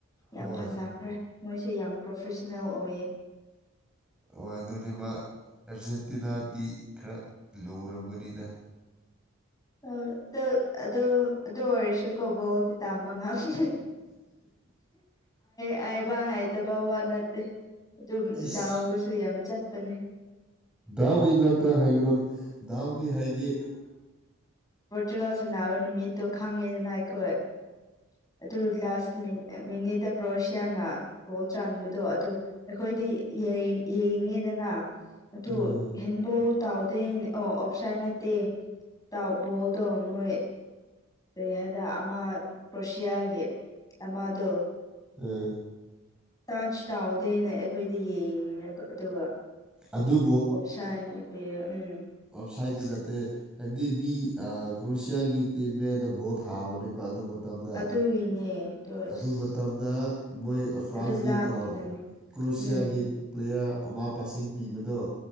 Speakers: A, in the centre; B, on the left.
A: ꯍꯣꯏ
B: ꯌꯥꯝ ꯐꯖꯈ꯭ꯔꯦ ꯃꯣꯏꯁꯦ ꯌꯥꯝ ꯄ꯭ꯔꯣꯐꯦꯁꯅꯦꯜ ꯑꯣꯏꯌꯦ
A: ꯍꯣꯏ ꯑꯗꯨꯅꯦ ꯃꯥ ꯑꯔꯖꯦꯟꯇꯤꯅꯥꯗꯤ ꯈꯔ ꯂꯔꯝꯒꯅꯤꯅ
B: ꯑ ꯑꯗꯨ ꯑꯗꯨꯗꯣ ꯑꯗꯨ ꯑꯣꯏꯔꯁꯨ ꯀꯕꯣꯗꯤ ꯇꯥꯃ ꯉꯁꯦ ꯍꯥꯏꯕ ꯍꯥꯏ ꯇꯎ ꯋꯥ ꯅꯠꯇ ꯑꯗꯨ
A: ꯏꯁ
B: ꯑꯣ ꯁꯨ ꯌꯥꯝ ꯆꯠꯄꯅꯦ
A: ꯗꯥꯎꯒꯤ ꯉꯥꯛꯇ ꯍꯩꯒ ꯗꯥꯎꯒꯤ ꯍꯩꯒꯤ
B: ꯄꯣꯔꯇꯨꯒꯥꯜ ꯁꯥꯟꯅꯕ ꯅꯨꯃꯤꯠꯇꯣ ꯈꯪꯉꯦꯗꯅ ꯑꯩꯈꯣꯏ ꯑꯗꯨ ꯂꯥꯁ ꯅꯨꯃꯤꯠ ꯃꯤꯅꯤꯗ ꯀ꯭ꯔꯣꯁꯌꯥꯅꯅꯥ ꯒꯣꯜ ꯆꯥꯟꯕꯗꯣ ꯑꯗꯨ ꯑꯩꯈꯣꯏꯗꯤ ꯌꯦꯡꯉꯤ ꯌꯦꯡꯉꯤꯗꯅ ꯑꯗꯨ
A: ꯑꯥ
B: ꯍꯦꯟꯕꯧ ꯇꯥꯎꯗꯦ ꯑꯣ ꯑꯣꯞꯁꯥꯏ ꯅꯠꯇꯦ ꯇꯥꯎꯕꯣꯗꯣ ꯃ ꯀꯔꯤ ꯍꯥꯏꯗ ꯑꯃ ꯀ꯭ꯔꯣꯁꯤꯌꯥꯒꯤ ꯑꯃꯗꯣ
A: ꯑꯥ
B: ꯇꯥꯁꯨ ꯇꯥꯎꯗꯦꯅ ꯑꯩꯈꯣꯏꯗ ꯌꯦꯡꯤ ꯑꯗꯨꯒ
A: ꯑꯗꯨ
B: ꯑꯣꯞꯁꯥ <unintelligible> ꯎꯝ
A: ꯑꯣꯞꯁꯥꯏꯠꯗꯤ ꯅꯠꯇꯦ ꯍꯥꯏꯕꯗꯤ ꯃꯤ ꯑ ꯀ꯭ꯔꯣꯁꯤꯌꯥꯒꯤ ꯇꯤꯝ ꯃꯤꯗꯇ ꯕꯣꯜ ꯊꯥꯕꯅꯦꯕ ꯑꯗꯨ ꯃꯇꯝꯗ
B: ꯑꯗꯨꯒꯤꯅꯦ ꯑꯗꯣ ꯑꯁ
A: ꯑꯗꯨ ꯃꯇꯝꯗ ꯃꯣꯏ ꯐ꯭ꯔꯥꯟꯁꯀꯤ
B: ꯑꯗꯨ ꯂꯥꯛꯀꯅꯅꯦ
A: ꯑꯣ ꯀ꯭ꯔꯣꯁꯤꯌꯥꯒꯤ
B: ꯎꯝ
A: ꯄ꯭ꯂꯦꯌꯥꯔ ꯑꯃ ꯄꯥꯁꯤꯡ ꯄꯤꯕꯗꯣ